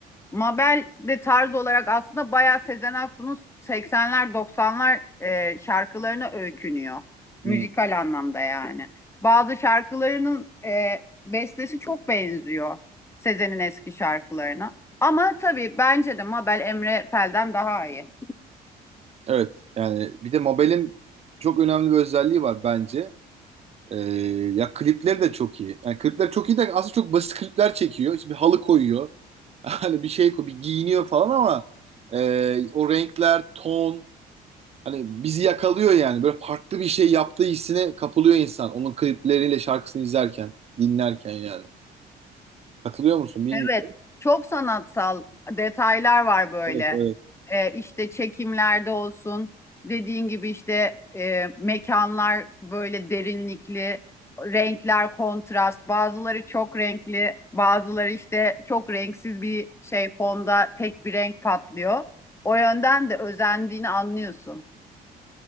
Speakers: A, on the left; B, on the right.
A: Mabel de tarz olarak aslında bayağı Sezen Aksu'nun 80'ler 90'lar e, şarkılarına öykünüyor.
B: hı.
A: Müzikal anlamda yani. Bazı şarkılarının e, bestesi çok benziyor Sezen'in eski şarkılarına. Ama tabii bence de Mabel Emre Pel'den daha iyi.
B: Evet yani bir de Mabel'in çok önemli bir özelliği var bence. Ee, ya klipleri de çok iyi. Yani klipler çok iyi de aslında çok basit klipler çekiyor. İşte bir halı koyuyor. <laughs> Hani bir şey koyuyor, bir giyiniyor falan ama e, o renkler, ton, hani bizi yakalıyor yani. Böyle farklı bir şey yaptığı hissine kapılıyor insan. Onun klipleriyle şarkısını izlerken, dinlerken yani. Katılıyor musun bilmiyorum.
A: Evet, çok sanatsal detaylar var böyle.
B: Evet, evet.
A: Ee, işte çekimlerde olsun, dediğin gibi işte e, mekanlar böyle derinlikli, renkler kontrast, bazıları çok renkli, bazıları işte çok renksiz bir şey fonda tek bir renk patlıyor. O yönden de özendiğini anlıyorsun.